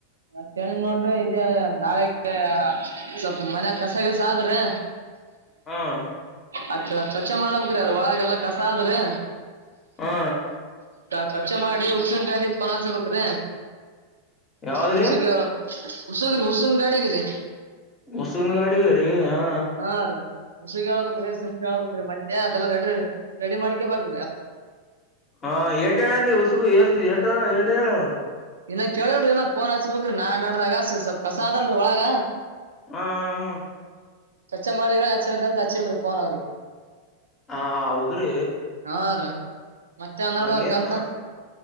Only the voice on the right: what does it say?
ಮತ್ ಏನ್ ನೋಡ್ರಿ ಇದೇ ನಾಳಿಕೆ ಸ್ವಲ್ಪ ಮನೆ ಕಸಗಿಸ ಆದ್ರೆ
ಅದ್ ಸ್ವಚ್ಛ ಮಾಡ್ಬೇಕ್ರೀ ಅದ ಒಳಗೆ ಎಲ್ಲಾ ಕಸ ಆದ್ರೀ
ಸ್ವಛ ಮಾಡಿ ಹುಷನ್ ಕಾಡಿ ಕನಾರ್ಸಬೇಕ್ರೀ
ಹುಸುಗ ಹುಸುಗ್ರಿ ಉುಸು ಗಾಡಿಗೆ ರೀ
ಹಾ ರೀ ಉಸಿಗೆ ಹೇಳ್ಬೇಕ್ರಿ ಸಿಮ್ ಹಳ್ಬೇಕ ಮತ್ತೆ ಅದೆಲ್ಲಾ ರೆಡಿ ರೆಡಿ ಮಾಡ್ಕೇ ಬ್ರಿ
ಇನ್ನ ಕೇಳಲ್ರಿ ಇನ ಹಚ್ಬೇಕನಾ ನಡ್ದಾಗ ಸ್ವಪ್ ಕಸ ಆದದಲ್ರರಿ ಒಳ
ಚರ್ಚೆ ಮಾಡಿದ್ರ ಅಚ್ಚಿತೆ ಅಂತ ಹಚ್ಚಿಲ್ರಿ ಪೋನ್ ಅವ್ರಿಗೆ
ಹಾ ರೀ ಮತ್ತೆ ಹನ್ನೆರಡು
ಅವ್ರ
ಕೆಲ್ಸ